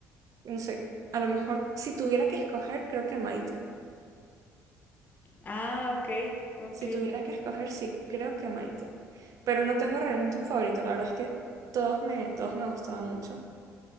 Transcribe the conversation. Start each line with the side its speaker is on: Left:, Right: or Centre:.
Right: No sé, a lo mejor si tuviera que escoger, creo que Maite.
Left: Ah, ok, ok.
Right: Si tuviera que escoger, sí, creo que Maite. Pero no tengo realmente un favorito, la verdad es que todos me, todos me gustaban mucho.